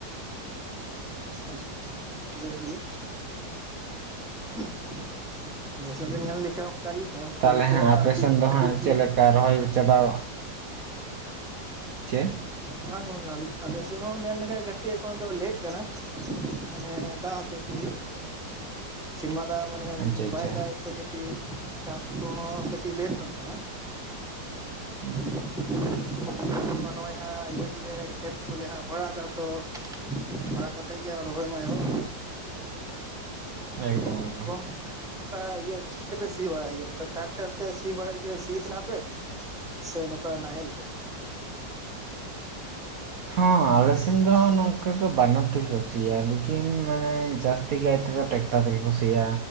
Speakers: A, in the centre; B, on the right.
A: ᱟᱪᱪᱷᱟ ᱵᱮᱥ ᱜᱮ, <inaudible> ᱟᱞᱮ ᱥᱮᱜ ᱦᱚᱸ ᱵᱮᱱ ᱧᱮᱞ ᱞᱮᱠᱷᱟᱯ ᱠᱟ ᱜᱤ ᱪᱟᱥ
B: ᱛᱟᱦᱚᱞᱮ
A: ᱠᱟᱹᱢᱤ ᱠᱚᱦᱚᱸ
B: ᱦᱟᱸᱜ ᱟᱯᱮ
A: ᱟᱹᱰᱤ
B: ᱥᱮᱱ ᱫᱚ
A: ᱟᱹᱰᱤ
B: ᱦᱟᱸᱜ ᱪᱮᱜ
A: ᱤᱭᱟᱹ
B: ᱞᱮᱠᱟ ᱨᱚᱦᱚᱭ ᱪᱟᱵᱟᱣ ᱪᱮᱫ?
A: ᱵᱟᱝ ᱜᱚᱝᱠᱮ ᱟᱞ ᱟᱞᱮ ᱥᱮᱜ ᱦᱚᱸ ᱱᱮᱞ ᱞᱮᱠᱷᱟᱭ ᱠᱟᱹᱴᱤᱜ ᱮᱠᱷᱚᱱ ᱫᱚ ᱞᱮᱴ ᱠᱟᱱᱟ᱾ ᱢᱟᱱᱮ ᱫᱟᱜᱽ ᱦᱚᱛᱮᱡ ᱛᱮᱜᱮ᱾ ᱥᱤᱨᱢᱟ ᱫᱟᱜᱽ ᱢᱟᱱᱮ ᱩᱸ
B: ᱟᱪᱪᱷᱟ ᱟᱪᱪᱷᱟ
A: ᱵᱟᱭ ᱫᱟᱜᱽ ᱮᱜ ᱛᱮ ᱠᱟᱹᱴᱤᱜ ᱪᱟᱥ ᱠᱚᱦᱚᱸ ᱠᱟᱹᱴᱤᱜ ᱞᱮᱴ ᱱᱚᱜ ᱠᱟᱱᱟ᱾
B: ᱦᱩᱸ
A: <inaudible> ᱢᱟ ᱱᱚᱜ-ᱚᱭ ᱦᱟᱸᱜ ᱤᱭᱟᱹ ᱠᱚᱞᱮ ᱠᱷᱮᱛ ᱠᱚᱞᱮ ᱦᱟᱸᱜ ᱯᱟᱲᱟᱜ ᱫᱟ ᱛᱚ, ᱯᱟᱲᱟᱜ ᱠᱟᱛᱮᱜ ᱜᱮ ᱟᱨ ᱨᱚᱦᱚᱭ ᱢᱟ ᱮᱦᱚᱵ
B: ᱮᱠᱫᱚᱢ᱾
A: ᱛᱚ
B: ᱮᱠᱫᱚᱢ
A: ᱜᱚᱝᱠᱮ, <inaudible> ᱤᱭᱟᱹ ᱪᱤᱫ ᱛᱮᱯᱮ ᱥᱤ ᱵᱟᱲᱟᱭ ᱜᱮᱭᱟ ᱱᱚᱝᱠᱟ ᱴᱨᱟᱠᱴᱟᱨ ᱛᱮ ᱥᱤ ᱵᱟᱲᱟ ᱤᱭᱟᱹ ᱥᱤ ᱛᱮᱦᱮᱱᱟ ᱯᱮ ᱥᱮ ᱱᱚᱠᱟ ᱱᱟᱦᱮᱞ ᱛᱮ?
B: ᱦᱚᱸ ᱟᱞᱮ ᱥᱮᱱ ᱫᱚ ᱦᱟᱸᱜ ᱱᱚᱝᱠᱟ ᱠᱚ ᱵᱟᱱᱟᱨ ᱛᱮᱜᱮ ᱠᱚ ᱥᱤᱭᱟ ᱞᱮᱠᱤᱱ ᱢᱟᱱᱮ ᱡᱟᱹᱥᱛᱤ ᱠᱟᱭ ᱛᱮᱫᱚ ᱴᱮᱠᱴᱟᱨ ᱛᱮᱜᱮ ᱠᱩ ᱥᱤᱭᱟ,